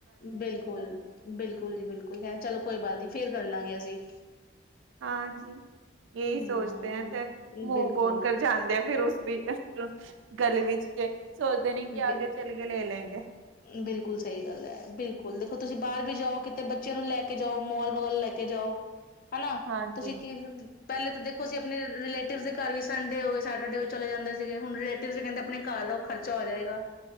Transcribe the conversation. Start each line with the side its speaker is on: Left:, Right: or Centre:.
Left: ਬਿਲਕੁਲ-ਬਿਲਕੁਲ ਜੀ ਬਿਲਕੁਲ, ਖੈਰ ਚਲੋ ਕੋਈ ਗੱਲ ਨੀ। ਫਿਰ ਕਰ ਲਾਂਗੇ ਅਸੀ।
Right: ਹਾਂਜੀ। ਯਹੀ
Left: ਹੂੰ,
Right: ਸੋਚਤੇ ਹੈਂ ਤੇ ਮੂੰਵ
Left: ਬਿਲਕੁਲ,
Right: ਔਨ ਕਰ ਜਾਂਦੇ ਫੇਰ ਉਸ ਦੀ ਉਸ ਚੋ। ਗਲੀ ਵਿੱਚ ਕੇ ਸੋਚਦੇ ਨੀ, ਕਿ
Left: ਬਿਲ
Right: ਆਗੇ ਚਲਕੇ ਲੇ ਲੇਂਗੇ।
Left: ਬਿਲਕੁਲ ਸਹੀ ਗੱਲ ਹੈ ਬਿਲਕੁਲ ਦੇਖੋ ਤੁਸੀ ਬਾਹਰ ਵੀ ਜਾਓ, ਕਿਤੇ ਬੱਚਿਆਂ ਨੂੰ ਲੈ ਕੇ ਜਾਓ ਮੋਲ ਵਗੈਰਾ ਲੈ ਕੇ ਜਾਓ। ਹਨਾ,
Right: ਹਾਂਜੀ।
Left: ਤੁਸੀ ਕਿਵੇਂ ਪਹਿਲੇ ਤੇ ਦੇਖੋ ਅਸੀ ਆਪਨੇ ਰਿਲੇਟਿਵਜ਼ ਦੇ ਘਰ ਵੀ ਸੰਡੇ ਹੋਏ, ਸੈਟਰਡੇ ਹੋਏ, ਚਲੇ ਜਾਂਦੇ ਸੀਗੇ, ਹੁਨ ਰੇ ਲੇਟਿਵ ਵੀ ਕਹਿੰਦਾ ਆਪਣੇ ਘਰ ਰਹੋ। ਖਰਚਾ ਹੋ ਜਾਏਗਾ।